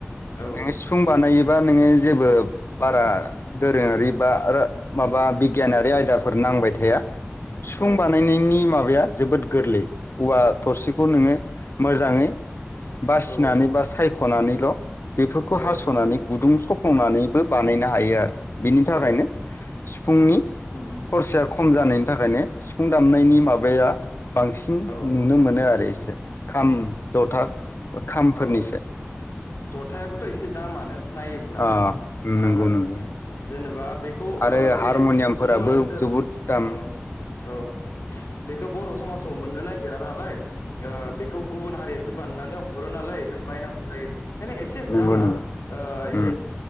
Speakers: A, on the left; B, on the left.
A: औ
B: नोङो सिफुं बानायो। बा नोङो जेबो बारा दोरोङारि बा माबा बि गियानारि आयदाफोर नांबाय थाया। सिफुं
A: औ
B: बानायनायनि मा बाया जोबोद गोरलै। उवा थरसिखौ नोङो। मोजाङै। बासिनानै
A: औ
B: बा सायख' खनानैल' बेफोरखौ
A: औ
B: हास'नानै गुदुं सखंनानैबो बानायनो हायो आरो बेनि थाखायनो
A: औ
B: सिफुंनि
A: उम उम
B: खरसाया खम जानायनि थाखाय माने सिफुं दामनायनि माबाया बांसिन
A: औ
B: नुनो मोनो आरो एसे खाम जथा खामफोरनिसो
A: अ जथ गथ <inaudible> एसे दामआनो नायोब्ला
B: अ
A: ओ
B: नंगौ नंगौ
A: जेनेबा बेखौ
B: आरो
A: ओ बेलेग
B: हारम'नियामफोराबो
A: मुवादोसो
B: जोबोद दाम
A: औ औ बेखौ बर' समाजाव मोननो नागिरा नालाय ओ बेखौ गुबुन हारियासो बानायनानै हरो नालाय जों बायनांगौ जायोखायनो एसे
B: नंगौ
A: दामा
B: नंगौ
A: ओ एसे
B: उम